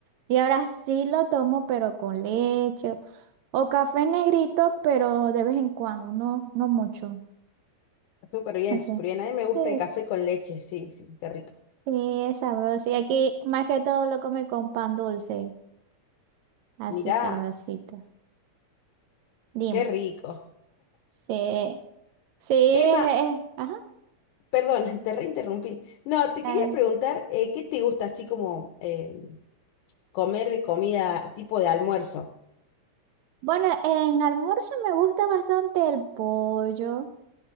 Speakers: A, on the right; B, on the left.
A: y ahora sí lo tomo, pero con leche o café negrito, pero de vez en cuando, no, no mucho.
B: súper bien,
A: No sé.
B: súper bien. A mí me
A: Sí,
B: gusta el café con leche, sí, sí, qué rico.
A: sí, es sabroso. Y aquí más que todo lo come con pan dulce, así
B: Mirá,
A: sabrosito. Dime.
B: qué rico.
A: Sí, sí,
B: Emma,
A: es, es- ajá,
B: perdón, <laughs> te reinterrumpí. No, te
A: dale.
B: quería preguntar, eh, ¿qué te gusta así como eh, comer de comida tipo de almuerzo?
A: Bueno, en almuerzo me gusta bastante el pollo.